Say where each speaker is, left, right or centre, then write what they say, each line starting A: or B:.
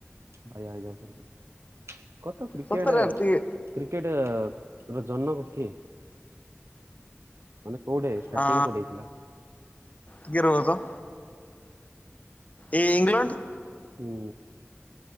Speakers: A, on the right (about 75°); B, on the left (about 35°).
A: ଭାଇଆଇ ଯାଉଛନ୍ତି। କତ କ୍ରିକେଟ
B: ସତରେ ଟିକେ
A: କ୍ରିକେଟ ର ଜନକ କିଏ? ମାନେ କୋଉଠେ ଷ୍ଟାର୍ଟିଂ
B: ହ
A: କୋଉଠି ହେଇଥିଲା
B: ଟିକେ ରୁହ ତ ଏ ଇଂଲଣ୍ଡ।
A: ହୁଁ।